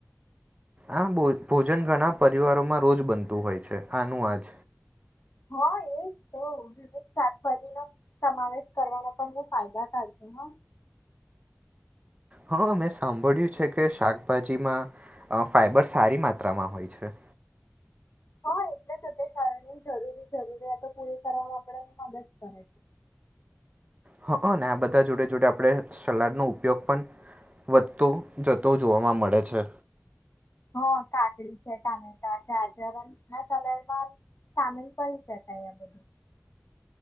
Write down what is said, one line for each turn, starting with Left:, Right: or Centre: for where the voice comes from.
Right: આો ભોજન ઘણા પરિવારોમાં રોજ બનતું હોય છે આનું આજ
Left: હા એજ તો વિવિધ શાકભાજીનોો સમાવેશ કરવાનો પણ બહ ફાયદા થાય છે હ
Right: હા મેં સાંભળ્યું છે કે શાકભાજીમાં ફાઈબર સારી માત્રામાં હોય છે
Left: હા એટલે જ અત શારની જરૂરી જરૂરિયાતો પૂરી કરવામાં આપ મદદ કરે છે
Right: હ હં ને આ બધા જોડે જોુડે આપણે સલાડનો ઉપયોગ પણ વધતો જતો જોવા મળે છે
Left: હ કાકડી છે ટામેટા ગાજર ના સલાડમાં સામેલ કરી શકાય આ બધું